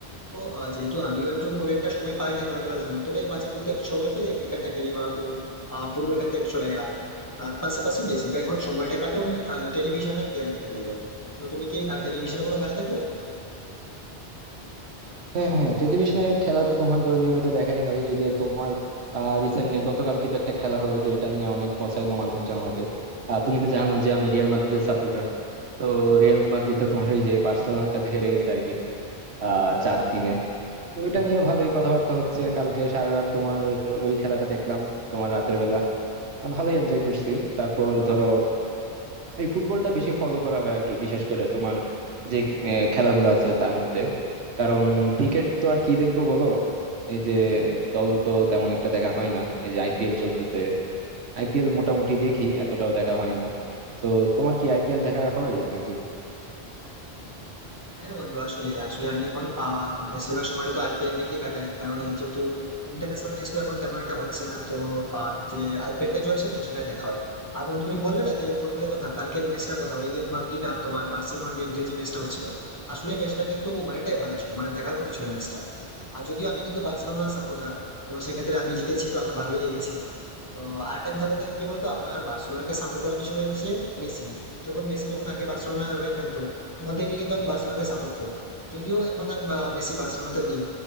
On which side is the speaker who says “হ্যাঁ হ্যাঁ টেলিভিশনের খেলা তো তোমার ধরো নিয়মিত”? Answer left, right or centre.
Right